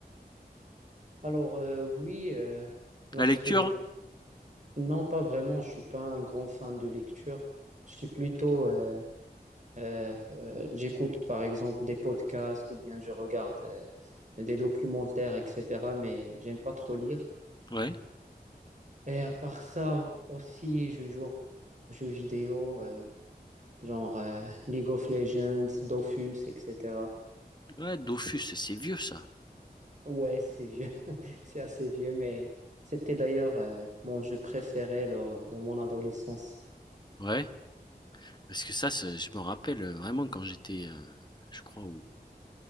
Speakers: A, on the right (about 45°); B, on the left (about 25°).
A: Alors, euh, oui, euh, lorsque
B: La lecture?
A: j'ai... Non, pas vraiment, je suis pas un grand fan de lecture. Je suis plutôt euh, Euh, euh, j'écoute par exemple des podcasts ou bien je regarde euh, des documentaires, etc. Mais j'aime pas trop lire.
B: Ouais.
A: Et à part ça aussi, je joue aux jeux vidéo, euh, genre euh, League of Legends, Dofus, etc.
B: Ouais, Dofus, c'est vieux, ça.
A: Ouais, c'est vieux, <laughs> c'est assez vieux, mais c'était d'ailleurs euh, mon jeu préféré lors de mon adolescence.
B: Ouais. Parce que ça, je me rappelle euh, vraiment quand j'étais, euh, je crois,